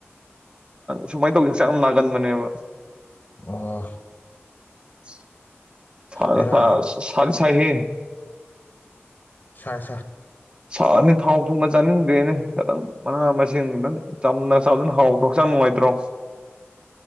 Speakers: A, on the right; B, on the left.
A: ꯁꯨꯃꯥꯏꯅ ꯇꯧꯖꯦ ꯍꯛꯆꯥꯡ ꯌꯥꯝ ꯅꯥꯒꯟ ꯃꯅꯦꯕ
B: ꯑꯣ
A: <inaudible> ꯐꯒ
B: ꯕꯦꯔꯥꯅꯤ
A: ꯐ ꯁꯥ ꯒꯤ <unintelligible> ꯁꯥꯏꯍꯦ
B: ꯁꯥꯢ ꯁꯥꯏ
A: ꯁꯥꯔꯕꯅꯤꯅ ꯊꯥꯎ ꯊꯨꯝꯒ ꯆꯥꯅꯤꯡꯗ꯭ꯔꯦꯅꯦ ꯈꯤꯇꯪ ꯃꯅꯥ ꯃꯁꯤꯡ ꯈꯤꯇꯪ ꯆꯝꯅ ꯆꯥꯕꯗꯨꯅ ꯍꯥꯎꯇ꯭ꯔꯣ ꯍꯛꯆꯥꯡ ꯅꯨꯡꯉꯥꯏꯇ꯭ꯔꯣ